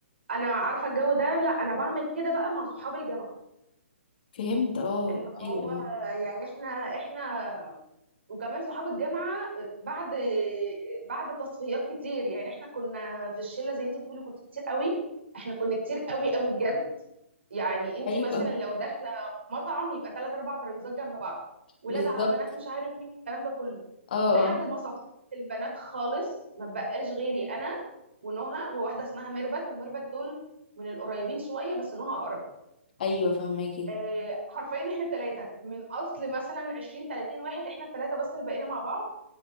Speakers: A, on the right; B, on the left.
A: انا عارفة الجو ده لا انا بعمل كده بقى مع صحاب الجامعة
B: فهمت اه
A: اللي هو
B: ايوه
A: يعني احنا احنا وكمان صحاب الجامعة بعد بعد تصفيات كتير يعني احنا كنا في الشلة زي انت بتقولي كنت كتير قوي احنا كنا كتير قوي قوي بجد يعني انت
B: ايوه
A: مثلا لو داخلة مطعم يبقى ثلاث اربع ترابيزات جنب بعض ولاد
B: <laughs> بالظبط
A: على بنات مش عارف مين الكلام ده كله
B: اه
A: لحد
B: اه
A: ما صفصفت البنات خالص ما بقاش غيري انا ونهى وواحده اسمها ميربت وميربت دول من القريبين شويه بس نهى اقرب
B: ايوه فهماكي
A: آه، حرفيا احنا الثلاثه من اصل مثلا 20 30 واحد احنا الثلاثه بس اللي بقينا مع بعض